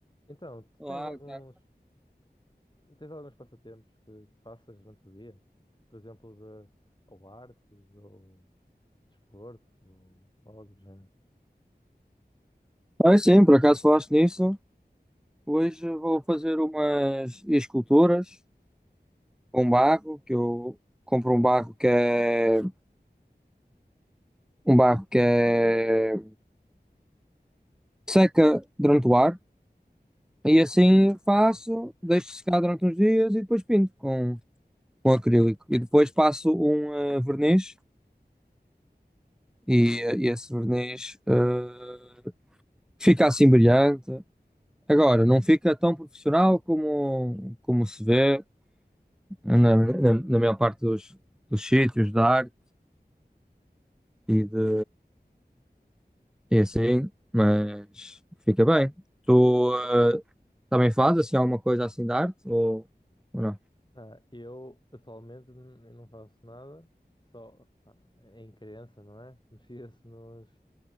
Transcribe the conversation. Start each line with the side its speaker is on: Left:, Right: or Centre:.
Left: Então, tu
Centre: Olá,
Left: tens alguns,
Centre: tá.
Left: tens alguns passatempos que faças durante o dia? Por exemplo, de, ou artes, ou desporto, ou algo do género.
Centre: Ah, sim, por acaso falaste nisso. Hoje vou fazer umas esculturas com barro, que eu compro um barro que é um barro que é seca durante o ar e assim
Left: que-
Centre: faço, deixo secar durante uns dias e depois pinto com, com acrílico. E depois passo um eh, verniz e, eh, esse verniz eh, fica assim brilhante. Agora, não fica tão profissional como, como se vê. na, na, na maior parte dos, dos sítios da arte e, de, e assim, mas fica bem. Tu eh, também fazes assim, alguma coisa assim de arte ou, ou não?
Left: Ah, eu, atualmente, n- eu não faço nada, só pá, em criança, não é? <laughs> Mexia-se nos,